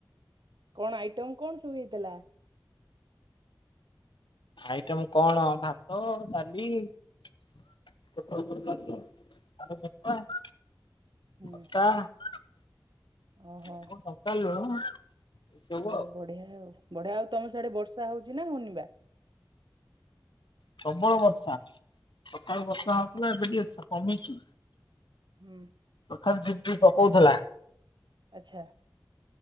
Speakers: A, on the right (about 70°); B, on the left (about 85°).
A: କଣ ଆଇଟମ କଣ ସବୁ ହେଇଥିଲା?
B: ଆଇଟମ୍ କଣ ଭାତ, ଡାଲି। <inaudible>
A: ହୁଁ ଓହୋ
B: ଲେମ୍ବୁ ଲଙ୍କା ଲୁଣ। ଏ ସବୁ
A: ଆଉ ବଢିଆ ଆଉ ବଢିଆ ଆଉ ତମ ସିଆଡେ ବର୍ଷା ହଉଛି ନା ହଉନି ବା?
B: ପ୍ରବଳ ବର୍ଷା ସକାଳୁ ବର୍ଷା ହଉଥିଲା ଏବେ ଟିକେ କମିଛି।
A: ହୁଁ।
B: ସଖାଳେ ଝିପଝିପ ପକଉଥିଲା।
A: ଆଚ୍ଛା।